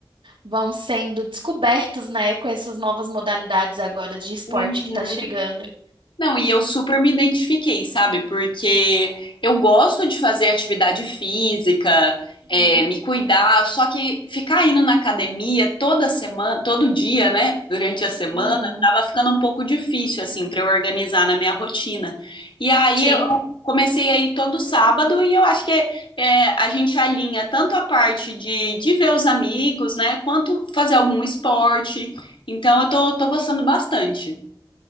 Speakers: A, on the right; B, on the left.
A: vão sendo descobertos, né, com essas novas modalidades agora de esporte
B: Uhum.
A: que tá chegando.
B: Não, e eu super me identifiquei, sabe? Porque eu gosto de fazer atividade física, é,
A: Uhum.
B: me cuidar, só que ficar indo na academia toda semana, todo dia, né? Durante a semana,
A: Uhum.
B: tava ficando um pouco difícil, assim, pra eu organizar na minha rotina. E aí
A: Sim.
B: eu comecei a ir todo sábado e eu acho que é, a gente alinha tanto a parte de, de ver os amigos, né? Quanto fazer algum esporte. Então eu tô, tô gostando bastante.